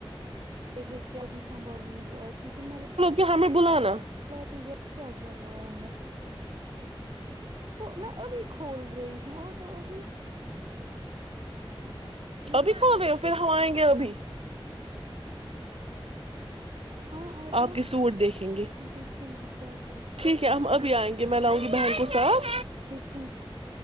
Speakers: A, on the right; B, on the right.
A: ت ہے کیا بھی سنبھالوں گا گ آج کیونکہ میں <unintelligible>
B: ہمامیں بولا نا
A: لاتی جا کہ کیا کیا لایا ہے تو میں ابھی کھول رہی ہوں آ جاؤ ابھی
B: ابھی کو گ پھر ہم آئیں گے ابھی
A: ہاں آ جاؤ
B: آپ کے سوٹ دیکھیں گے
A: میں دیکھوں گی کیا <unintelligible>
B: ٹھیک ہے ہم اب آئیں گے میں لاؤ گی بہن کو س <unintelligible>
A: دیکھوں <unintelligible>